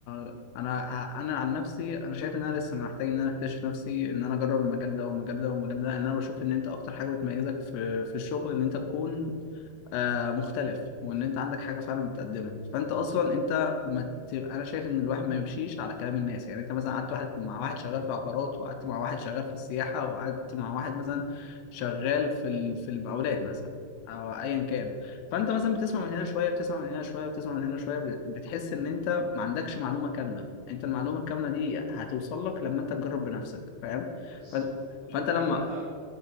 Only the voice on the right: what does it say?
بالظبط
طب
إن-
طب انت